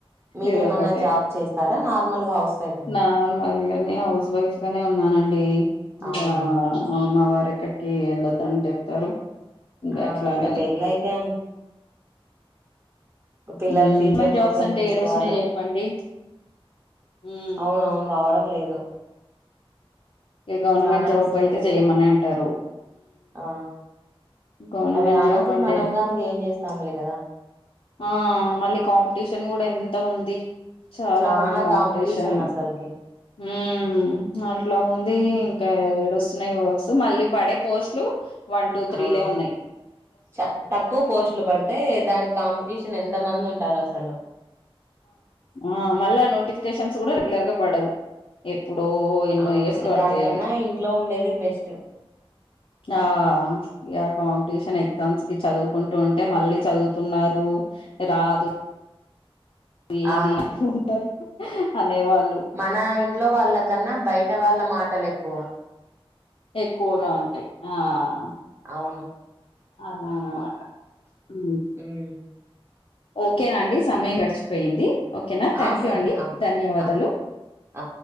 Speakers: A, on the right; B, on the left.
A: మీరేమన్నా
B: ఏదో ఒకటి
A: జాబ్ చేస్తారా నార్మల్ గా హౌస్ వైఫేనా
B: నార్మల్గానే హౌస్ వైఫ్ గానే ఉన్నానండి ఇంకా
A: అవునా
B: అ మవారు ఎక్కడికి వెళ్ళొద్ద అని చెప్తారు ఇంకా
A: ఆ
B: అట్లాగని
A: పెళ్ళయితే పిల్లలు
B: హ్మ్
A: ఫ్యూచర్
B: మెంట్
A: కోసం
B: జాబ్స్ అంటే
A: చూసుకోవాలా
B: ఏడొస్తున్నాయి చెప్పండి హ్మ్
A: అవునవును రావడం లేదు
B: ఇక గవర్నమెంట్
A: చానా
B: జాబ్
A: రిస్క్
B: అయితే
A: అది కూడా
B: జెయ్యమని అంటారు
A: ఆ
B: గవర్నమెంట్
A: అవి రానప్పుడు
B: జాబ్ అంటే
A: మనగాంగ ఏం చేస్తాంలే కదా
B: ఆ మళ్ళీ కాంపిటీషన్ కూడా ఎంత ఉంది చాలా
A: చానా
B: ఉంది కాంపిటీషన్
A: అసలుకి
B: ఊమ్ అట్లా ఉంది ఇంకా ఏడుస్తున్నాయి వర్క్స్ మళ్ళీ పడే పోస్ట్లు వన్ టూ త్రీ
A: ఆ
B: లె ఉన్నాయ్
A: చ తక్కువ పోస్ట్లు పడితే దానికి కాంపిటీషన్ ఎంత మంది ఉంటారు అసలు
B: ఆ మళ్ళా నోటిఫికేషన్స్ కూడా రెగ్యులర్గా పడవు ఇప్పుడో ఎన్నో
A: ఆ
B: ఇయర్సుకు
A: ఇంగ
B: పడతాయి
A: దానికన్నా
B: అవి
A: ఇంట్లో ఉండేది బెస్ట్
B: ఆ కాంపిటీషన్ ఎగ్జామ్స్ కి చదువుకుంటూ ఉంటే మళ్ళీ చదువుతున్నారు రాదు ఏది
A: ఆ
B: ఉంటారు అనేవారు
A: మన ఇంట్లో వాళ్ళకన్నా బయట వాళ్ళ మాటలు ఎక్కువ
B: ఎక్కువగా ఉంటాయి ఆహా
A: అవును
B: అలనమాట ఉ
A: ఉమ్
B: ఓకేనా అండి సమయం గడిచిపోయింది ఓకేనా థ్యాంక్
A: ఆ
B: యూ
A: సరే
B: అండి
A: ఆ
B: ధన్యవాదాలు
A: ఆ ఆ